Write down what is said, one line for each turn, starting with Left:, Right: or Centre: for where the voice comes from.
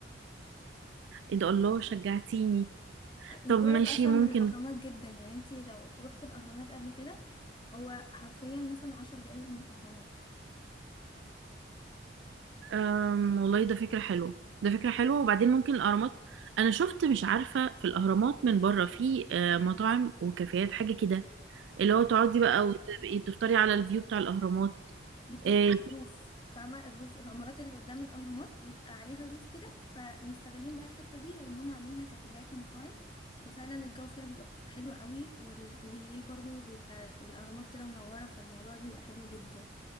Right: ايه ده الله شجعتيني
Left: وقريب
Right: طب ماشي
Left: اصلا
Right: ممكن
Left: من الاهرامات جدا يعني انتي لو روحتي الاهرامات قبل كده هو حرفيا مثلا عشر دقايق من الاهرامات
Right: أم، والله ده فكرة حلوة ده فكرة حلوة وبعدين ممكن الاهرامات انا شفت مش عارفة في الاهرامات من بره في آه، مطاعم وكافيهات حاجة كده اللي هو
Left: اه
Right: تقعدي
Left: آه.
Right: بقى وتبقي بتفطري على الفيو بتاع الأهرامات
Left: دي بتبقى
Right: إيه
Left: على الروف فاهمة الروف العمارات اللي قدام الاهرامات بيبقى عليها روف كده فمستغلين بقى الحتة دي ان هم عاملينها كافيهات ومطاعم وفعلا الجو فيها بيبقى حلو قوي وال- وبالليل برضو بيبقى الاهرامات كده منورة فالموضوع بيبقى حلو جدا